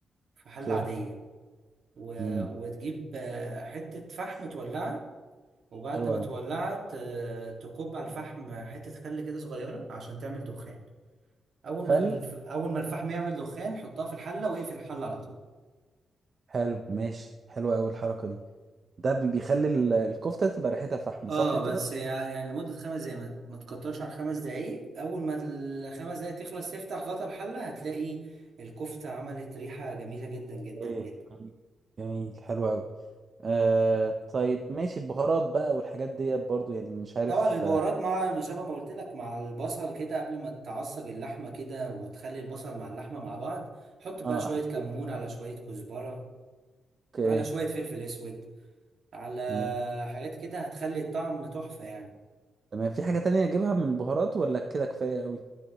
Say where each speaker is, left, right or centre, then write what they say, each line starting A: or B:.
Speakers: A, on the right (about 55°); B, on the right (about 35°).
A: في حلة
B: اوكي
A: عادية و...
B: امم
A: وتجيب آه، حتة فحم تولعها وبعد
B: حلو
A: ما
B: قوي
A: تولعت آه، تكب على الفحم حتة خل كده صغيرة عشان تعمل دخان أول
B: خل
A: ما الف... أول ما الفحم يعمل دخان حطها في الحلة واقفل الحلة على طول
B: حلو ماشي حلوة أوي الحركة دي ده بي- بيخلي ال- الكفتة تبقى ريحتها فحم
A: اه
B: صح كده؟
A: بس يع- يعني لمدة خمس دقايق ما ما تكترش عن خمس دقايق أول ما الخمس دقايق تخلص تفتح غطا الحلة هتلاقي الكفتة عملت ريحة جميلة جدا جدا
B: ايه
A: جدا
B: جميل حلو أوي آه طيب ماشي البهارات بقى والحاجات ديت برضو يعني مش عارف
A: طبعا البهارات
B: اه
A: مع ما شابه ما قلت لك مع البصل كده قبل ما تعصج اللحمة كده وتخلي البصل مع اللحمة مع بعض حط بقى
B: آه،
A: شوية
B: أحط
A: كمون على شوية كزبرة
B: ايه
A: على شوية فلفل اسود على
B: من-
A: حاجات كده هتخلي الطعم تحفة يعني
B: تمام في حاجة تانية أجيبها من البهارات ولا كده كفاية أوي؟